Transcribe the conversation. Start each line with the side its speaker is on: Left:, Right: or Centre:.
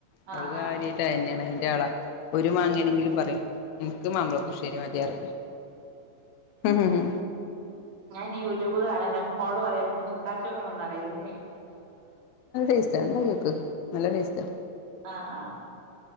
Left: അവള്
Right: ആഹ്
Left: കാര്യമായിട്ടാന്നെയാണ്
Right: ആഹ്
Left: അതിന്റെയാളാ ഒരു മാങ്ങയാണെങ്കിലും
Right: ഏഹ്
Left: പറയും യനക്ക് മാമ്പഴ പുളിശ്ശേരി മതി പറയും ഉം ഹ
Right: ഞൻ ഈ യൂട്യൂബ് കാണ് ഉണ്ട് അപ്പൊ മോളോട് പറയും നമുക്ക് ഒന്ന് ഇണ്ടാക്കി നോക്കണം പറയൽ ഉണ്ട്‌
Left: ജസ്റ്റ് ഉണ്ടാക്കി നോക്ക് നല്ല ടേസ്റ്റാ
Right: ആഹ് ആഹ്